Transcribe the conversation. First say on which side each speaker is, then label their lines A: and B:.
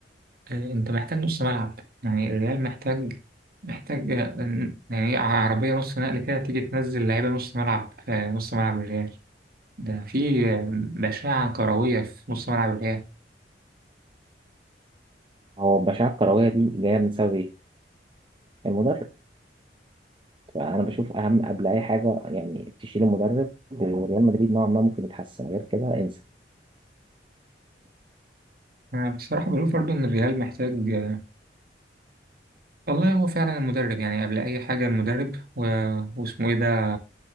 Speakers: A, on the right (about 55°); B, on the right (about 30°).
A: آه، انت محتاج نص ملعب يعني الريال محتاج محتاج آه، يعني عربية نص نقل كده تيجي تنزل لعيبة نص ملعب آه، نص ملعب الريال ده في آه، بشاعة كروية في نص ملعب الريال
B: هو البشاعة الكروية دي جاية من سبب إيه؟ المدرب فأنا بشوف أهم قبل أي حاجة يعني تشيل المدرب وريال مدريد نوعا ما ممكن يتحسن غير كده انسى
A: أنا بصراحة بشوف برضو إن الريال محتاج آه، والله هو فعلا المدرب يعني قبل أي حاجة المدرب و... واسمه إيه ده